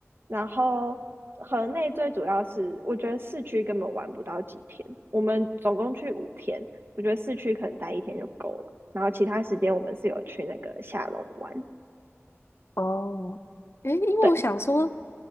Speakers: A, on the right; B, on the left.
A: 然后河内最主要是，我觉得市区根本玩不到几天，我们总共去五天，我觉得市区可能待一天就够了。然后其他时间我们是有去那个下龙湾，
B: 哦，诶，因为我想说，
A: 对，